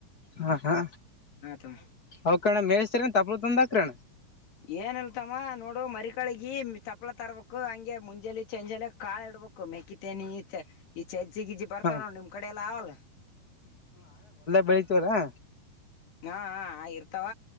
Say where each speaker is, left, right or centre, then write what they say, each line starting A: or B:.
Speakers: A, on the left; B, on the left.
A: ಹ ಹಾ
B: ತಮ್ಮ
A: ಅವ ಕಣ್ಣ ಮೇಳ್ಸ್ತರ ತಪ್. ಂದಕ್ರಣ.
B: ಏನ್ಲ್ತಮ್ಮ ನೋಡು ಮರಿಕಳಗಿ ಚಪ್ಪಳ ತರ್ಬೇಕಕ್ು ಹಂಗೆ ಮುಂಜಾಲೆ ಚಂಜಲಿ ಕಾಳ ಇಡ್ಬೇಕು ಮೆಕ್ಕಿ ತನಿ ಈ ಚ. ಕಜ್ಜಿಗಿಜ್ಜಿ ಬರ್ತವ
A: ಹ
B: ನೋ ನಿಮ್ ಕಡೆ ಎಲ್ಲ ಅವಲ್ಲ.
A: ಬೆಳಿತವಲ್ಲಾ.
B: ಹಾ ಇರ್ತಾವ.